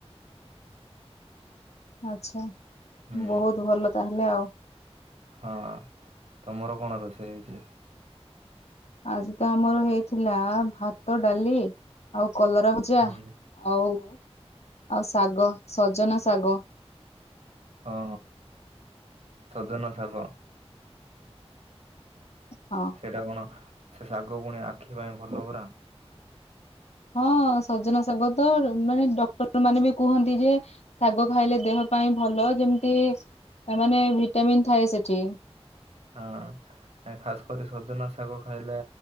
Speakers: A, on the left; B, on the right.
A: ଆଛା
B: ହୁଁ।
A: ବହୁତ ଭଲ ତାହେଲେ ଆଉ।
B: ହଁ ତମର କଣ ରୋଷେଇ ହେଇଛି?
A: ଆଜି ତ ଆମର ହେଇଥିଲା ଭାତ ଡାଲି କଲରା ଭଜା
B: ହୁଁ
A: ଆଉ ଆଉ ଶାଗ ସଜନା ଶାଗ।
B: ଓ ସଜନା ଶାଗ।
A: ହଁ
B: ସେଟା କଣ ସେ ଶାଗ ପୁଣି ଆଖି ପାଇଁ ଭଲ ପରା?
A: ହଁ ସଜନ ଶାଗ ତ ମାନେ ଡକ୍ଟର ମାନେ ବି କୁହନ୍ତି ଯେ ଶାଗ ଖାଇଲେ ଦେହ ପାଇଁ ଭଲ ଯେମିତି ମାନେ ଭିଟାମିିନ ଥାଏ ସେଠି।
B: ହଁ। ଖାସ କରି ସଜନା ଶାଗ ଖାଇଲେ